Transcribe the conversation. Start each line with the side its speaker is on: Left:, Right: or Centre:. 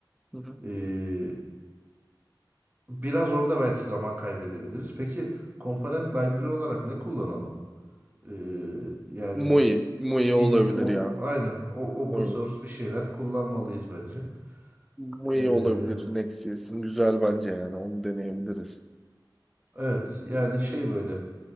Centre: Hı hı.
Right: Ee, biraz orada belki zaman kaybedebiliriz. Peki komponent library olarak ne kullanalım? Ee, yani
Centre: Muy, muy
Right: bildiğin
Centre: olabilir
Right: op
Centre: ya.
Right: aynen o
Centre: Muy.
Right: open source bir şeyler kullanmalıyız bence.
Centre: Muy
Right: Ee,
Centre: olabilir Next.js'in. Güzel bence yani. Onu deneyebiliriz.
Right: evet yani şey böyle